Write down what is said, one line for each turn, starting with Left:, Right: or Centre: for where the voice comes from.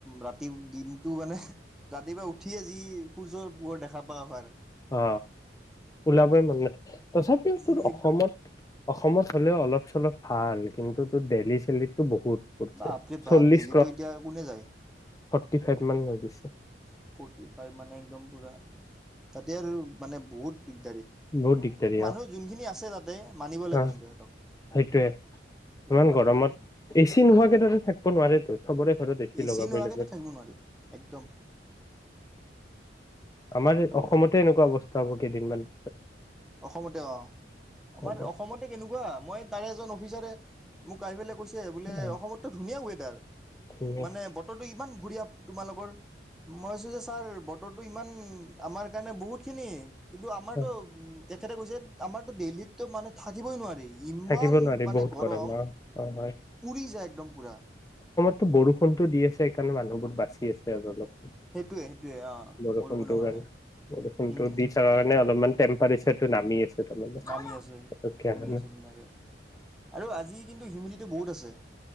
Centre: ৰাতি দিনটো মানে ৰাতিপুৱা উঠিয়ে যি সূৰ্যৰ পোহৰ দেখা পোৱা হয়
Left: অ ওলাবই মন নাই তথাপিও
Centre: যি
Left: তোৰ অসমত
Centre: একদম
Left: অসমত হ'লেও অলপ চলপ ভাল কিন্তু ত ডেইেলি চেলিতটো বহুত পৰিছে
Centre: বাপ্ৰেবাপ বাপ্রেবাপ
Left: চল্লিশ
Centre: দিল্লীটো এতিয়া কোনে যায়
Left: থটি ফাইভ মান হৈ গৈছে <unintelligible>
Centre: ফৰ্টি ফাইভ মানে একদম পুৰা তাতে আৰু মানে বহুত দিগদাৰী
Left: বহুত দিগদাৰি
Centre: মানুহ
Left: অ'।
Centre: যোনখিনি আছে তাতে মানিব লাগিব
Left: অ',
Centre: কিন্তু সিহঁতক
Left: সেইটোৱে।
Centre: সিহঁতক
Left: ইমান
Centre: মানিব
Left: গৰমত
Centre: লাগিব
Left: এ চি নোহোৱাকে তাতে থাকিব নোৱাৰেটো। চবৰে ঘৰত এচি
Centre: এ
Left: লগাবই
Centre: চি নোহাকৈেয়ে
Left: লাগে।
Centre: টো থাকিব নোৱাৰি। একদম।
Left: আমাৰ
Centre: এ
Left: অসমতে এনেকুৱা অৱস্থা। বহুত কেইদিন মান
Centre: অসমতে অ'। আমাৰ
Left: হ'ব
Centre: অসমতে কেনেকুৱা। মই তাৰে এজন অফিচাৰে, মোক আহি পেলাই কৈছে। এই বোলে
Left: অ
Centre: অসমতো ধুনীয়া ৱে দাল।
Left: ঠিক
Centre: মানে বতৰটো ইমান বঢ়িয়া। তোমালোকৰ মইছো যে ছাৰ বৰ ৰ'দটো ইমান, আমাৰ কাৰণে বহুত খিনি। কিন্তু আমাৰটো
Left: অ
Centre: উ তেখেতে কৈছে আমাৰতো দেলহিতটো মানে থাকিবই নোৱাৰি। ইমান
Left: থাকিব নোৱাৰি
Centre: মানে
Left: বহুত
Centre: গৰম,
Left: অ অ হয়
Centre: পুৰি যায় একদম পুৰা!
Left: টো বৰষুণতো দি আছে, এইকাৰণে মানুহবোৰ বাচি আছে আৰু অলপ।
Centre: হেতুৱে, হেটুৱে অ'
Left: বৰষুণটোৰ
Centre: বৰষুণৰ কাৰণে,
Left: বৰষুণটো
Centre: উম।
Left: দি থকা কাৰণে অলপমান টেম্পাৰেচাৰটো নামি আছে। <unintelligible> মানে <unintelligible>
Centre: নামি আছে
Left: পতককে
Centre: কমি
Left: আহা নাই।
Centre: <unintelligible> আৰু আজি কিন্তু হিউমিদিটি বহুত আছে।